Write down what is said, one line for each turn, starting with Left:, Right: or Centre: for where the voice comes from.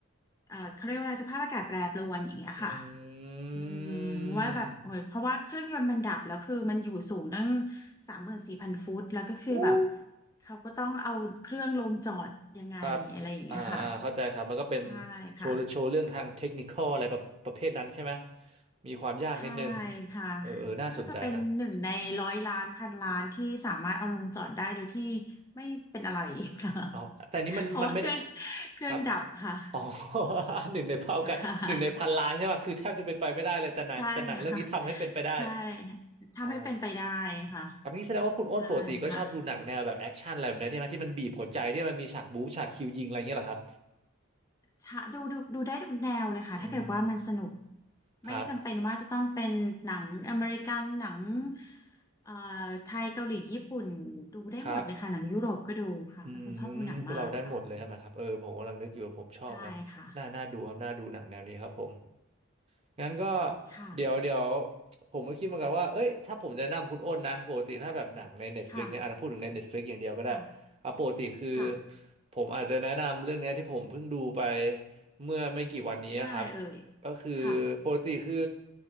Left: เอ่อเขาเรียกว่าอะไรสภาพอากาศแปรปรวนอย่างเงี้ยค่ะ
Right: อื
Left: อืม
Right: ม
Left: ว่าแบบโอ้ยเพราะว่าเครื่องยนต์มันดับแล้วคือมันอยู่สูงตั้งสามหมื่นสี่พันฟุตแล้วก็คือแบบ
Right: อู้
Left: เขาก็ต้องเอาเครื่องลงจอดยังไงอะไรอย่างเงี้ยค่ะ
Right: ครับอ่าอ่าเข้าใจครับ มันก็เป็น
Left: ใช่ค่ะ
Right: โชว์โชว์เรื่องทางเทคนิคอลอะไรประประเภทนั้นใช่ไหม มีความยากนิดนึง
Left: ใช่ค่ะ
Right: เออเออน่าสนใจนะ
Left: น่าจะเป็นหนึ่งในร้อยล้านพันล้านที่สามารถเอาลงจอดได้โดยที่ไม่เป็นอะไรค่ะ
Right: อ๋อแต่นี้มันมันไม่ได้
Left: <laughs> เพราะว่าเครื่องเครื่องดับค่ะ
Right: ครับ อ๋อ <laughs> หนึ่งในเผ่ากัน
Left: <laughs>
Right: หนึ่งในพันล้านใช่ป่ะคือแทบจะเป็นไปไม่ได้เลยแต่หนังแต่หนังเรื่องนี้ทำให้เป็นไปได้
Left: ใช่ค่ะใช่ทำให้เป็นไปได้ค่ะ
Right: อ๋อครับนี่แสดงว่าคุณอ้นปกติก็ชอบดูหนังแนวแบบแอคชั่นอะไรแบบนี้ใช่ไหมที่มันบีบหัวใจที่มันมีฉากบู๊ฉากคิวยิงอะไรอย่างเงี้ยเหรอครับ
Left: ใช่ค่ะชะดูดูดูได้ทุกแนวเลยค่ะถ้าเกิดว่ามันสนุก
Right: อืมครับ
Left: ไม่จำเป็นว่าจะต้องเป็นหนังอเมริกันหนังเอ่อไทยเกาหลีญี่ปุ่นดูได้หมดเลยค่ะหนังยุโรปก็ดูค่ะเป็นคนชอบดูหนังมากค่ะ
Right: ครับ อืมคือเราได้หมดเลยใช่ไหมครับเออผมกำลังนึกอยู่ว่าผมชอบไหม
Left: ใช่ค่ะ
Right: น่าน่าดูครับน่าดูหนังแนวนี้ครับผมงั้นก็
Left: ค่ะ
Right: เดี๋ยวเดี๋ยวผมก็คิดเหมือนกันว่าเอ้ยถ้าผมจะแนะนำคุณอ้นนะปกติถ้าแบบหนังใน Netflix
Left: ค่ะ
Right: เนี่ยอาจจะพูดถึงใน Netflix อย่างเดียวก็ได้
Left: ค่ะ
Right: เอาปกติคือ
Left: ค่ะ
Right: ผมอาจจะแนะนำเรื่องเนี้ยที่ผมเพิ่งดูไปเมื่อไม่กี่วันนี้ครับ
Left: เรื่องอะไรเอ่ย
Right: ก็คือ
Left: ค่ะ
Right: ปกติคือ